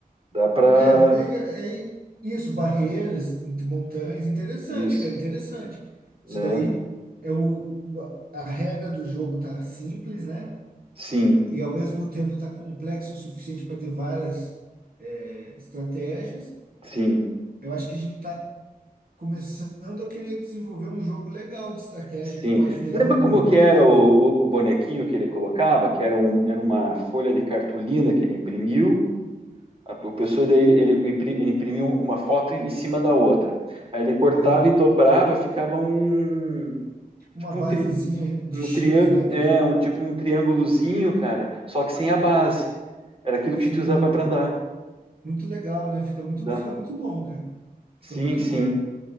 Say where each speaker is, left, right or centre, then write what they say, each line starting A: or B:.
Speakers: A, on the right; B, on the right.
A: dá pra
B: É, mas daí é isso, barreiras, montanhas, interessante,
A: isso,
B: cara, interessante.
A: né?
B: Isso daí é o, o- a regra do jogo tá simples, né?
A: Sim,
B: E ao mesmo tempo tá complexo o suficiente para ter várias é, estratégias.
A: sim,
B: Eu acho que a gente tá começando a querer desenvolver um jogo legal de estratégia
A: sim.
B: que pode virar
A: Lembra
B: um
A: como que
B: produto.
A: era o, o, o bonequinho que ele colocava, que era, um, era uma folha de cartolina que ele imprimiu, a, o pessoa daí ele, ele, impri- ele imprimiu uma foto em cima da outra, aí ele cortava
B: Aham.
A: e dobrava, ficava um,
B: Tipo
A: tipo
B: Uma basezinha
A: um
B: de
A: Um
B: X,
A: triângulo,
B: né? Que
A: é, um tipo um triângulozinho, cara, só que sem a base. Era aquilo
B: sim,
A: que a gente usava para andar.
B: muito legal, né? Fica muito,
A: Dá.
B: fica muito bom, cara. Fica
A: Sim,
B: muito
A: sim,
B: bom.